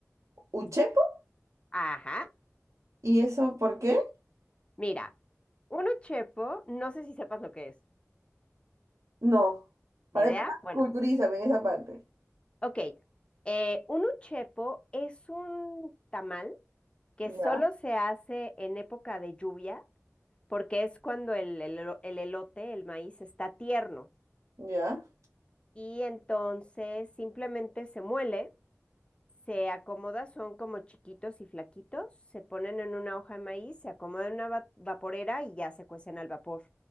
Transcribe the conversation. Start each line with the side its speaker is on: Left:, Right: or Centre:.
Right: ¿Un chepo?
Left: Ajá,
Right: ¿Y eso por qué?
Left: mira, un uchepo, no sé si sepas lo que es.
Right: No. Para
Left: ¿Ni idea?
Right: empezar,
Left: Bueno,
Right: culturízame en esa parte.
Left: ok. Eh, un uchepo es un tamal. que
Right: Ya,
Left: solo se hace en época de lluvia, porque es cuando el, el- elo- el elote, el maíz, está tierno.
Right: ya.
Left: Y entonces simplemente se muele se acomoda, son como chiquitos y flaquitos, se ponen en una hoja de maíz, se acomodan en una va- vaporera y ya se cuecen al vapor.